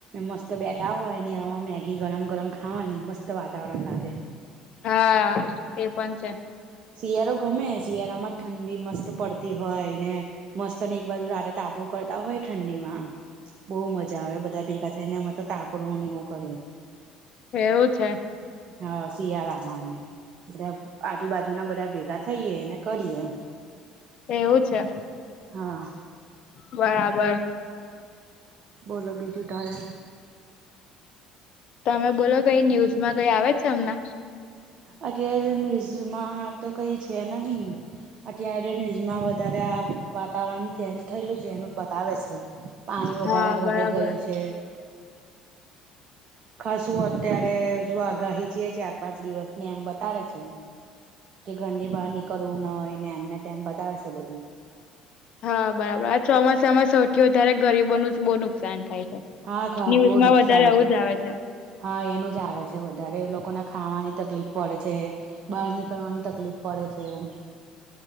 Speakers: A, on the right (about 45°); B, on the left (about 45°).
A: મસ્ત બેઠા હોયને એવામાં મેગી ગરમ ગરમ ખાવાની મસ્ત વાતાવરણ લાગે.
B: હા તે પણ છે.
A: શિયાળો ગમે શિયાળામાં ઠંડી મસ્ત પડતી હોય ને, મસ્ત અને એક બાજુ રાતે તાપણું કરતા હોય ઠંડીમાં. બોવ મજા આવે બધા ભેગા થઈને અમે તો તાપણુંને એવું કરીએ.
B: એવું છે.
A: હા શિયાળામાં અમે બધા આજુબાજુના બધા ભેગા થઈએે ને, કરીએ
B: એવું છે
A: હા
B: બરાબર.
A: બોલો બીજું તારે?
B: તમે બોલો કઈ ન્યૂઝમાં કઈ આવે છે હમણે?
A: અત્યારે ન્યુઝમાં. તો કઈ છે નહી અત્યારે ન્યૂઝમાં વધારે આ વાત. વાતાવરણ ચેન્જ થયેલું છે, એનું બતાવે છે પાણી વધારે
B: હા
A: ભરાઈ
B: બરાબર
A: ગયું છે ખાસુ અત્યારે જો આગાહી છે. ચાર પાંચ દિવસ ને એમ બતાડે છે કે ઘરની બહાર નીકળવું નય એમને તેમ બતાવે છે બધું.
B: હા, બરાબર. આ ચોમાસામાં સૌથી વધારે ગરીબોનું જ બહુ નુકસાન થાય.
A: હા ખા
B: ન્યૂઝમાં
A: બહુ નુકસાન
B: વધારે આવું
A: થાય
B: જ આવે છે.
A: હા, એનું જ છે વધારે. એ લોકોને ખાવાની તકલીફ પડે. બહાર નીકળવાની તકલીફ પડે છે એમ.